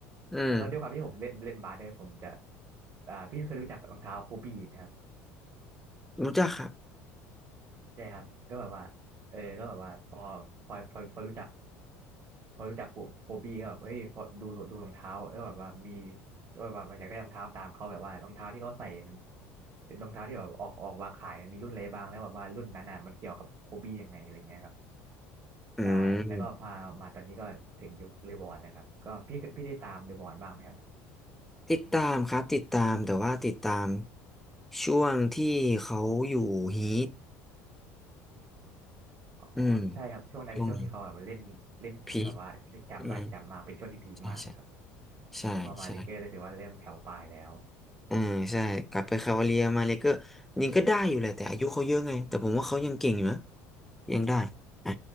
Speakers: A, in the centre; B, on the right (about 45°).
A: อืม
B: แล้วก็ด้วยความที่ผมเล่นเล่นบาสด้วยผมจะอ่าพี่เคยรู้จักรองเท้าโคบีไหมครับ
A: รู้จักครับ
B: ใช่ครับก็แบบว่าเออก็แบบว่าพอพอพอพอรู้จักพอรู้จักผมโฮบี้ก็แบบเอ้ยพอดูดูรองเท้าก็แบบว่ามีก็แบบว่าอยากได้รองเท้าตามเขาแบบว่ารองเท้าที่เขาใส่มันรองเท้าที่แบบออกออกวางขายมันมีรุ่นอะไรบ้างแล้วแบบว่ารุ่นนั้นน่ะมันเกี่ยวกับโฮบี้ยังไงอะไรเงี้ยครับ
A: อืม
B: ใช่แล้วก็พามาตอนนี้ก็ถึงยุคเลบอนแล้วครับก็พี่พี่ได้ตามเลบอนบ้างไหมครับ
A: ติดตามครับติดตามแต่ว่าติดตามช่วงที่เขาอยู่ฮีท
B: อ๋อใช่ครับช่วงนั้นเป็นช่วงที่เขาแบบเล่นเล่นแบบว่าเล่นจำหลายจำมากเป็นช่วงที่พีคมากครับ
A: อืมช่วงพีคอืมใช่ใช่ ใช่ใช่
B: แต่พอมาลีเกอร์รู้สึกว่าเริ่มแผ่วปลายแล้ว
A: เออใช่กลับไปคาวาเลียมาเลยก็ยิงก็ได้อยู่แหละแต่อายุเขาเยอะไง แต่ผมว่าเขายังเก่งอยู่นะยังได้อ่ะ